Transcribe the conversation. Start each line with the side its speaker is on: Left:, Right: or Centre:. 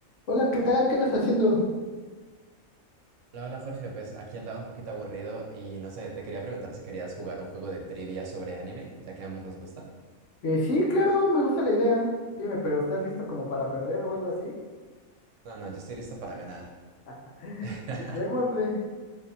Left: Hola, ¿qué tal? ¿Qué andas haciendo?
Right: Hola, hola Jorge, pues aquí andaba un poquito aburrido y no sé, te quería preguntar si querías jugar un juego de trivia sobre anime, ya que a ambos nos gusta.
Left: Eh, sí, claro, me gusta la idea. Dime, pero ¿estás listo como para perder o algo así?
Right: No, no, yo estoy listo para ganar.
Left: <laughs>
Right: <laughs>
Left: Pues démosle.